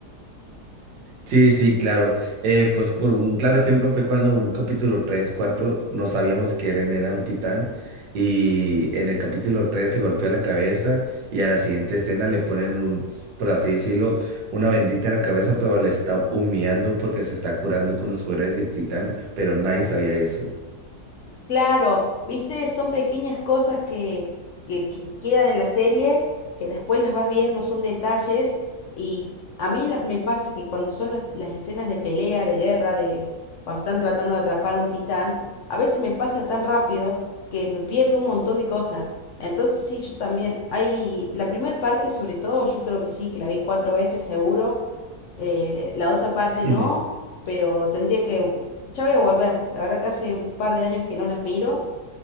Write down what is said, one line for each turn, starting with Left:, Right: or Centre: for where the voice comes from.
Right: Sí, sí, claro. Eh, pues por un claro ejemplo fue cuando en un capítulo 3 4 no sabíamos que Eren era un titán y en el capítulo 3 se golpea la cabeza y a la siguiente escena le ponen un, por así decirlo, una bendita en la cabeza, pero le está humillando porque se está curando con los poderes de titán, pero nadie sabía eso.
Left: Claro, viste, son pequeñas cosas que, que, que quedan en la serie, que después las vas viendo, son detalles, y a mí la- me pasa que cuando son las, las escenas de pelea, de guerra, de cuando están tratando de atrapar a un titán, a veces me pasa tan rápido que me pierdo un montón de cosas. Entonces sí, yo también, hay, la primera parte sobre todo, yo creo que sí, que la vi cuatro veces seguro, eh, la otra parte
Right: <laughs>
Left: no, pero tendría que ya voy a volver. La verdad que hace un par de años que no las miro,